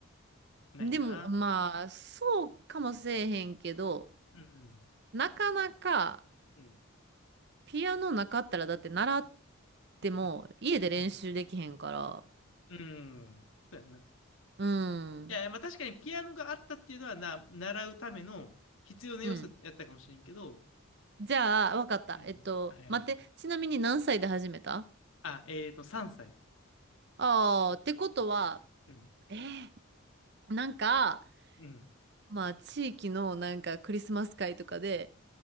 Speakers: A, on the left; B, on the right.
A: ないかな。
B: でも、まあ、そうかもせえへんけど、
A: うん
B: なかなか、
A: うん。
B: ピアノなかったら、だって習っても、
A: うん。
B: 家で練習できへんから。
A: うん。うんそうやんな。い
B: うん。
A: やいや、まあ確かにピアノがあったっていうのはな、習うための必要な要素やったかもしれんけど、
B: うん。じゃあ、わかった。
A: うん。
B: えっと、
A: はいはい。
B: 待って。ちなみに何歳で始めた
A: あ、えーと、3歳。
B: ああー、ってことは、
A: うん。
B: えー、なんか、
A: うん。
B: まあ、地域のなんかクリスマス会とかで、